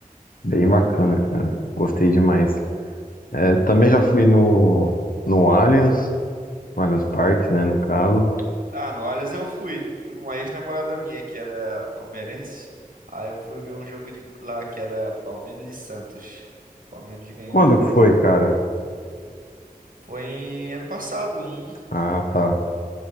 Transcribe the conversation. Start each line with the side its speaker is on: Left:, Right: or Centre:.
Left: Bem bacana, cara. Gostei demais. É, também
Right: Pô, que da
Left: já fui
Right: hora, mano.
Left: no, no Allianz, no Allianz Parque, né, no caso.
Right: Ah, no Allianz eu fui. Fui com uma ex-namorada minha, que era palmeirense. Aí eu fui ver um jogo de lá que era Palmeiras e Santos. Palmeiras ganhou
Left: Quando
Right: de dois
Left: que foi,
Right: a um
Left: cara?
Right: Foi em- ano passado, em.
Left: Ah, tá.